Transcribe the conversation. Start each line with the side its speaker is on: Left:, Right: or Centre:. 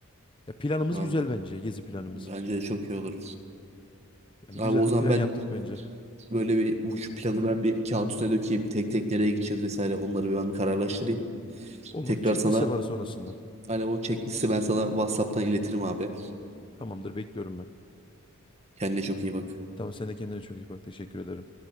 Left: Ya planımız
Right: Vallahi
Left: güzel bence. Gezi planımız.
Right: bence de çok iyi olur.
Left: Yani
Right: Abi
Left: güzel
Right: o
Left: bir
Right: zaman
Left: plan
Right: ben
Left: yaptık bence.
Right: böyle bir bu şu planı ben bir kağıt üstüne dökeyim. Tek tek nereye gideceğiz vesaire onları bir ben bir kararlaştırayım.
Left: Olur.
Right: Tekrar
Left: Çek
Right: sana
Left: liste sonrasında.
Right: Alo o checklist'i ben sana WhatsApp'tan iletirim abi.
Left: Tamamdır bekliyorum ben.
Right: Kendine çok iyi bak.
Left: Tamam sen de kendine çok iyi bak. Teşekkür ederim.